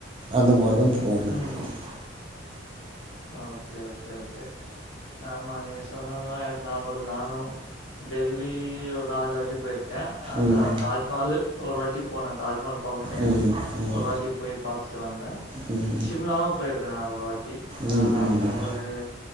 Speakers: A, on the right; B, on the left.
A: அந்த மாதம் <unintelligible>
B: ம். ஓகே ஓகே ஓகே ஆமா நீங்க சொன்னதுலா எனக்கு ஞாபகோ வருது நானு டெல்லி ஒரு நாலஞ்சு வாட்டி போயிருக்கே அதா
A: ம்
B: தாஜ்மஹால்லு ஒரு வாட்டி போன தாஜ்மஹால் பாகனுனே
A: ம் ம்
B: ஒரு வாட்டி போய் பாத்துட்டு வாங்க
A: ம்
B: ஷிம்லாவு போயிருக்கே நா ஒரு வாட்டி ஆ
A: ம்
B: நா
A: ம்
B: போம்போது
A: ம்